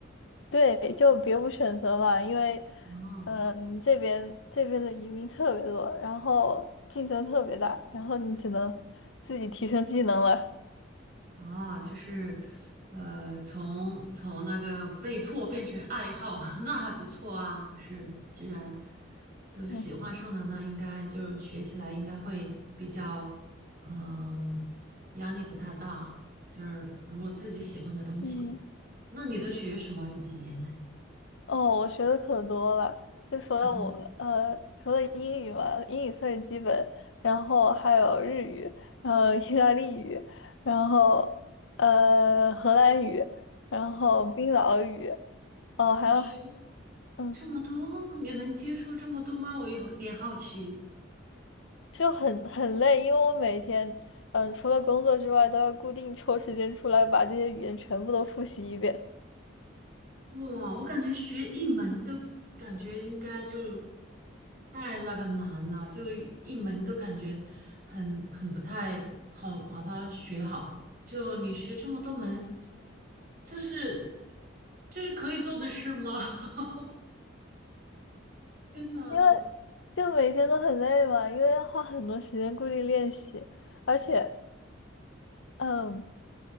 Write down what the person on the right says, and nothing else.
哦。
啊，就是，呃，从从那个被迫变成爱好，<laughs> 那还不错啊。就是既然都喜欢上了，
那应该就学起来应该会比较，嗯、压力不太大。就是如果自己喜欢的东西，
那你都学什么语言呢？
可多了，
你学
这么多，你能接受这么多吗？我有点好奇。
哇，我感觉学一门都感觉应该就太那个难了，就一门都感觉很很不太好把它学好。就你学这么多门，这是这是可以做的事吗？<laughs> 天呐，